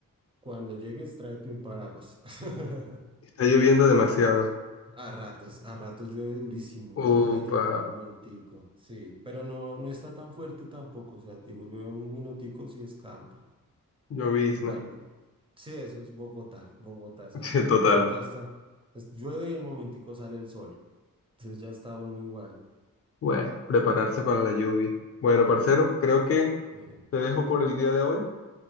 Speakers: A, on the right (about 15°); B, on the left (about 45°).
A: cuando llegues tráete un paraguas. <laughs>
B: está lloviendo demasiado.
A: A ratos, a ratos llueve durísimo
B: Upa,
A: y deja de llover al momentico. Sí, pero no, no está tan fuerte tampoco. O sea, te digo, llueve un minutico si escampa.
B: llovizna.
A: Igual, sí, eso es Bogotá. Bogotá es
B: <laughs>
A: así.
B: Sí, total.
A: De pronto hasta es- llueve y al momentico sale el sol. Entonces ya está uno igual.
B: Bueno, prepararse para la lluvia. Bueno, parcero, creo que
A: Sí.
B: te dejo por el día de hoy.